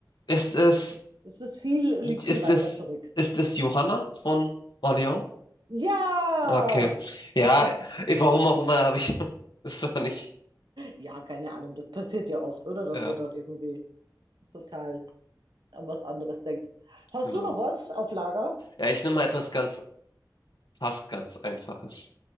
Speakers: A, on the left; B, on the right.
A: ist es,
B: Es ist viel, liegt
A: ist
B: viel weiter
A: es,
B: zurück.
A: ist es Johanna von Orléans?
B: Ja!
A: Okay. Ja,
B: <laughs>
A: eh, warum auch immer habe ich, <laughs> das war nicht,
B: Ja, keine Ahnung, das passiert ja oft, oder? Dass
A: ja,
B: man dann irgendwie total an was anderes denkt. Hast
A: genau.
B: du noch was auf Lager?
A: Ja, ich nehme mal etwas ganz, fast ganz Einfaches.